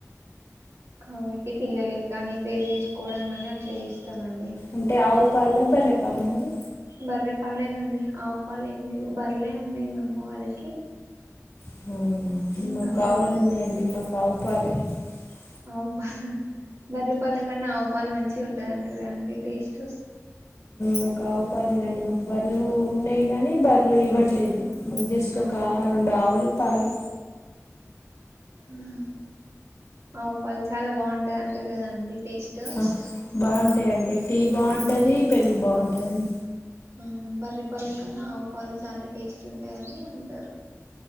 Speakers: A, on the right; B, on the left.
A: కాబట్టి పిల్లలకి కాని పెరుగు చేసుకోవడం కాని చేస్ తమండి
B: అంటే ఆవు పాల బర్రె పాల అండి
A: బర్రె పాలేేనండి ఆవు ఏం లేవు బర్లే ఉన్నాయి మా అమ్మ వాళ్ళకి
B: <unintelligible>
A: ఇంకా అవి పంపి
B: <unintelligible>
A: ఆవు పాల్ బర్రెపాల కన్నా ఆవుపాలు మంచిగా ఉంటదంట కదండి టేస్టు
B: మాకు ఆవుపాలేనండి మాకు బర్లు ఉన్నాయి గాని బర్లు ఇవ్వట్లేదు జస్ట్
A: అవును
B: ఒక రెండు ఆవులు పాలు
A: మ్మ్ ఆవు పాలు చాలా బాగుంటాయి అంటా కదండి టేస్ట్
B: ఆ బాగుంటాయండి టీ కి బాగుంటది పెరుగు బాగుంటది
A: ఆ బర్రెపాల కన్నా ఆవు పాలు చాలా టేస్ట్ ఉంటాయని అంటారు